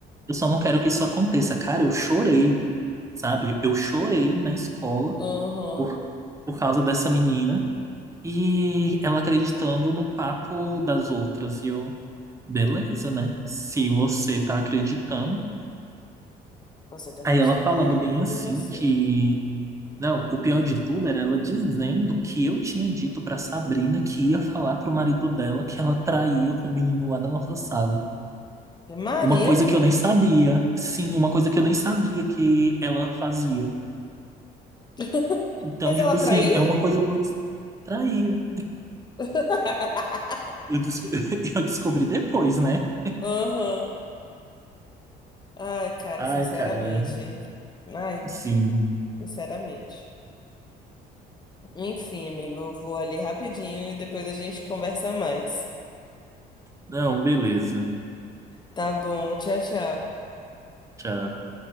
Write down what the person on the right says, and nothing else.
eu só não quero que isso aconteça. Cara, eu chorei, sabe? Eu chorei na escola
por, por causa dessa menina e ela acreditando no papo das outras. E eu, beleza, né? Se você tá acreditando.
Aí ela falando
bem
assim
que, não, o pior de tudo era ela dizendo que eu tinha dito pra Sabrina que ia falar pro marido dela que ela traía com o menino lá da nossa sala.
Uma coisa que eu nem sabia. Sim, uma coisa que eu nem sabia que ela fazia.
Então,
tipo
assim, é uma coisa muito traía.
Eu, desco- <laughs> eu descobri depois, né?
Ai,
cara.
Sim.
Não, beleza.
Tchau.